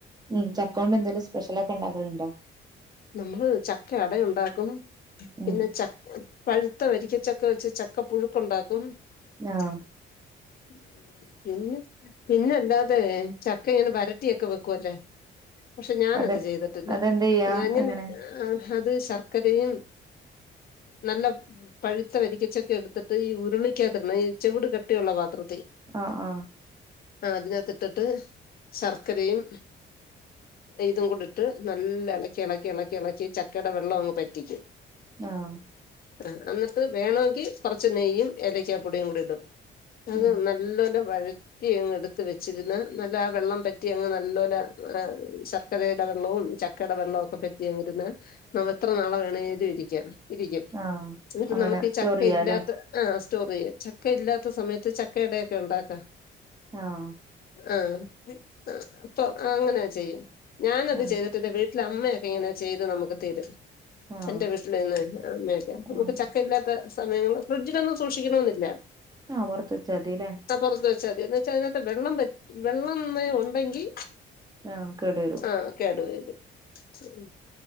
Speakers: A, on the right (about 20°); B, on the left (about 50°).
A: ഉം ചക്കോണ്ടെന്തേലും സ്പെഷ്യലൊക്കെ ഇണ്ടാക്കല്ണ്ടോ?
B: നമ്മള് ചക്ക അടയുണ്ടാക്കും. പിന്നെ
A: ഉം
B: ചക്ക് പഴുത്ത വരിക്കച്ചക്ക വെച്ച് ചക്ക പുഴുക്കൊണ്ടാക്കും.
A: ആഹ്
B: <inaudible> പിന്നെ പിന്ന അല്ലാതേ ചക്കയിങ്ങനെ വരട്ടിയെക്ക വെക്ക്വല്ലേ പക്ഷെ ഞാനത്
A: അതെ
B: ചെയ്തട്ടില്ല.
A: അതെന്തെയ്യാ
B: അങ്ങനെ
A: എങ്ങനെ
B: ആഹ് അത് ശർക്കരയും നല്ല പഴുത്ത വരിക്കച്ചക്കയെടുത്തിട്ട് ഈ ഉരുളിക്കാത്തിടണം. ഈ ചെവിട് കട്ടിയുള്ള പാത്രത്തീ
A: ആഹ് ആഹ്
B: ആഹ് അതിനകത്തിട്ടട്ട് ശർക്കരയും ഇതും കൂടിട്ട് നല്ല എളക്കിയെളക്കി യെളക്കിയെളക്കി ചക്കേട വെള്ളവങ്ങ് പറ്റിക്കും.
A: ആഹ്
B: ആഹ് അന്ന്ട്ട് വേണവെങ്കി കൊറച്ച് നെയ്യും ഏലയ്ക്കാപ്പൊടിയും കൂടെ ഇടും. അത്
A: ഉം
B: നല്ലോലെ വഴ റ്റിയങ്ങെടുത്ത് വെച്ചിരുന്നാ നല്ലാ വെള്ളം പറ്റിയങ്ങ് നല്ലോലാ ആഹ് ശർക്കരേട വെള്ളവും ചക്ക് ക്കേട വെള്ളോക്ക പറ്റിയങ്ങിരുന്ന് നമെത്ര നാള് വേണേലും ഇരിക്ക ഇരിക്കും.
A: ആഹ്
B: എന്നിട്ട്
A: അങ്ങനെ
B: നമ്മക്കീ
A: സ്റ്റോർ
B: ചക്കയില്ലാത്ത
A: ചെയ്യാലേ
B: ആഹ് സ്റ്റോറെയ്യാം ചക്കയില്ലാത്ത സമയത്ത് ചക്കയടയൊക്കെയൊണ്ടാക്കാ.
A: ആഹ്
B: ആഹ് പി ആഹ് അപ്പൊ ആഹ് അങ്ങനാ ചെയ്യും ഞാനത്
A: ആഹ്
B: ചെയ്തിട്ടെന്റെ വീട്ട് ട്ടിലമ്മയൊക്കെ ഇങ്ങനാ ചെയ്ത് നമ്മക്ക് തരും
A: ആഹ്
B: എന്റെ വീട്ടില് നിന്ന് അമ്മയൊക്കെ നമുക്ക്
A: ഉം
B: ചക്ക ഇല്ലാ ത്ത സമയങ്ങള് ഫ്രിഡ്ജിലൊന്നും സൂക്ഷിക്കണമെന്നില്ല
A: ആഹ് പൊറത്ത് വെച്ചാതിയല്ലേ
B: ആഹ് പൊറത്ത് വെച്ചാതി എന്നു വെച്ചാ അതിനാത്തെ വെള്ളം വറ്റ് വെള്ളം നേ ഒണ്ടെങ്കി
A: ആഹ് കേടു വരും
B: ആഹ് കേട് വരും ഉം